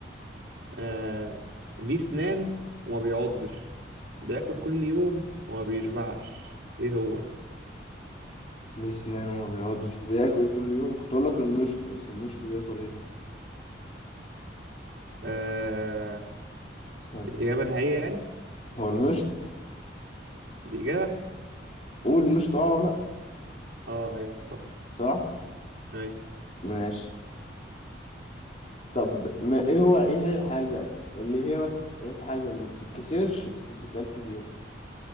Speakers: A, on the right (about 65°); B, on the left (about 35°).
A: آه... ليه سنان وما بيعضش بياكل كل يوم وما بيشبعش إيه هو؟
B: ليه سنان وما بيقعدش وبياكل كل يوم كنت اقول لك المشط بس المشط بياكل ايه
A: آه...
B: ثانية
A: إجابة نهائية يعني؟
B: هو المشط
A: دي إجابة؟
B: قول المشط اه ولا لأ،
A: اه ايوه صح
B: صح
A: ايوه
B: ماشي طب ما ايه هو ايه هي الحاجة اللي هي ما بت- ايه الحاجة اللي ما بتتكسرش بس بتتقال كتير